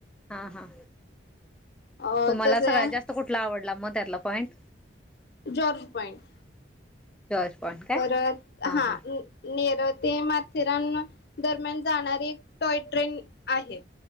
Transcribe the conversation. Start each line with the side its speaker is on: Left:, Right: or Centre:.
Centre: हा हा
Left: अ
Centre: तुम्हाला
Left: तसे
Centre: सगळ्यात जास्त कुठला आवडला म त्यातला point
Left: George point
Centre: George point काय
Left: परत
Centre: हां
Left: हा
Centre: हां
Left: नेरत ते माथेरान दरम्यान जाणारी एक टॉय ट्रेन आहे.